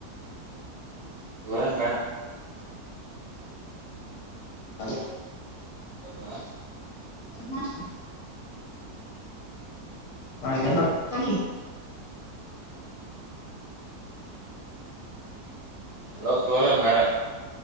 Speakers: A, on the right; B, on the left.
A: ಗುಳೆನ್ ಬ್ಯಾಡ
B: ಹಲೋ
A: ಹಾ
B: ಹ <inaudible> <inaudible>
A: ರೊಕ್ಕ ತೋಲನ್ ಬೇಡ